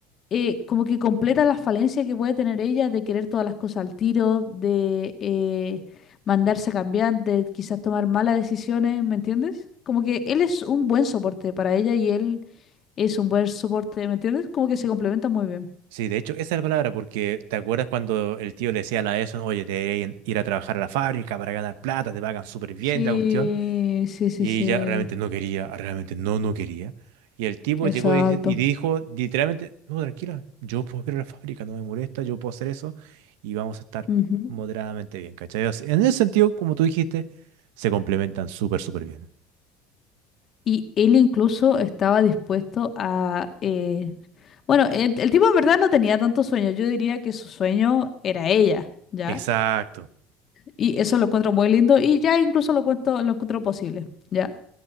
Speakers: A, on the left; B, on the right.
A: eh, como que completa la falencia que puede tener ella de querer todas las cosas al tiro, de eh, mandarse a cambiar, de quizás tomar malas decisiones, ¿me entiendes? Como que él es un buen soporte para ella y él es un buen soporte, ¿me entiendes? Como que se complementa muy bien.
B: Sí, de hecho, esa es la palabra, porque ¿te acuerdas cuando el tío le decía a la Edison, oye, te deberían ir a trabajar a la fábrica para ganar plata, te pagan súper bien
A: Sí,
B: la cuestión?
A: sí, sí,
B: Y
A: sí,
B: ella realmente no quería, realmente no, no quería. Y el tipo
A: exacto.
B: llegó y, dice- y dijo, literalmente, no, tranquila, yo puedo ir a la fábrica, no me molesta, yo puedo hacer eso y vamos a estar
A: Ujú.
B: moderadamente bien, ¿cachai? O sea, en ese sentido, como tú dijiste, se complementan súper, súper bien.
A: Y él incluso estaba dispuesto a... eh, Bueno, el, el tipo en verdad no tenía tanto sueño, yo diría que su sueño era ella, ¿ya?
B: Exacto,
A: Y eso lo encuentro muy lindo y ya incluso lo cuento, lo encuentro posible, ¿ya?